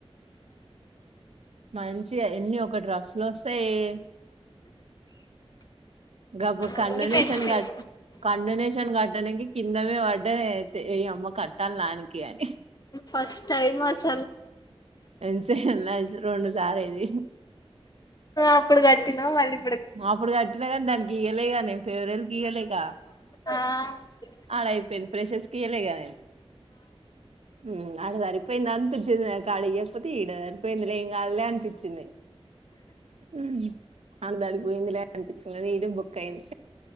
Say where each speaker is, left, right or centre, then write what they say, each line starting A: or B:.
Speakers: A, on the right; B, on the left.
A: మంచి ఎన్ని ఒక డ్రస్లు వస్తాయి గప్పుడు కండోనేషన్
B: అన్ని పెంచింది
A: గట్ కండోనేషన్ కట్టనికి కిందమే పడ్డ నేనైతే ఈ అమ్మ కట్టాలి వానికి అని
B: ఫస్ట్ టైమ్ వస్
A: ఎంచ రొండు సారేది
B: అప్పుడు గటినా మళి
A: అప్పుడు కట్టినా గానీ దానికి ఇయలే గ నేను ఫేరెవెల్ కి ఇయ్వలేక
B: ఆ
A: ఆలా అయిపోయింది ఫ్రెషర్స్ కియ్యలేగ నేను మ్ ఆడ సరిపోయింది అనిపించింది నా కాడ ఇయ్వకపోతే ఈడ సరిపోయింది లే ఏం కాదులే అనిపించింది మ్ ఆళది అటుపోయింది లే అనిపిచింది ఇదే బుక్ అయింది